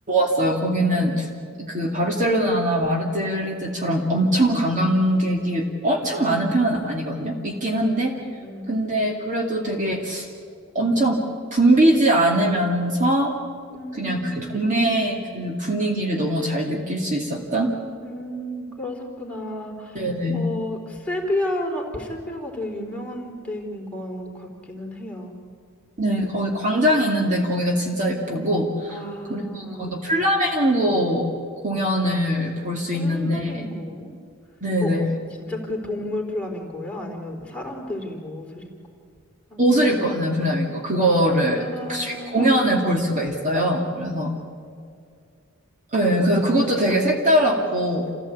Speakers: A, on the right; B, in the centre.
A: 있어요. 거기는 그 바르셀로나나 마드리드처럼 엄청 관광객이 엄청 많은 편은 아니거든요. 있긴
B: 음,
A: 한데,
B: 음.
A: 근데 그래도 되게 엄청 붐비지 않으면서
B: 음,
A: 그냥 그 동네의 그 분위기를 너무 잘 느낄 수 있었던?
B: 음, 그러셨구나.
A: 네네.
B: 어, 세비야라, 세비야가 되게 유명한 데인 것 같기는 해요.
A: 네, 거기 광장이 있는데 거기가 진짜 예쁘고,
B: 아,
A: 그리고 거기가 플라멩고 공연을 볼 수
B: 플라밍고.
A: 있는데, 네네.
B: 어, 진짜 그 동물 플라밍고요? 아니면 뭐 사람들이 뭐 옷을 입고 하는
A: 옷을 입고 하는 플라밍고 그거를
B: 아,
A: 그 공연을 볼 수가 있어요. 그래서 네, 그 그것도 되게 색달랐고